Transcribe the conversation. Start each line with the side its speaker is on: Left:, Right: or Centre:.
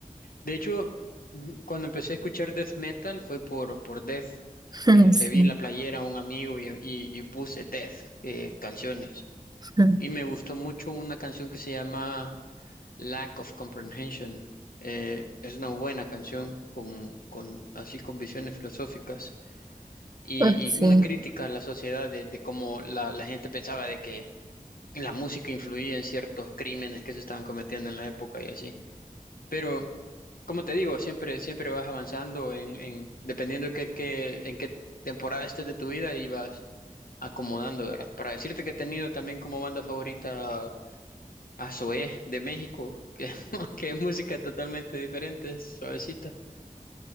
Left: De hecho, mm, cuando empecé a escuchar death metal fue por, por Death.
Right: <laughs>
Left: Eh, le
Right: Sí,
Left: vi en la playera a un amigo y, y- y puse Death, eh, canciones.
Right: <laughs>
Left: Y me gustó mucho una canción que se llama Lack of Comprehension. Eh, es una buena canción con, con así con visiones filosóficas y,
Right: Ah, sí.
Left: y una crítica a la sociedad de, de cómo la, la gente pensaba de que la música influía en ciertos crímenes que se estaban cometiendo en la época y así. Pero, como te digo, siempre, siempre vas avanzando en, en, dependiendo de qué, qué- en qué temporada estés de tu vida y vas acomodando, ¿verdad? Para decirte que he tenido también como banda favorita a Zoé de México, que, <laughs> que es música totalmente diferente, es suavecita.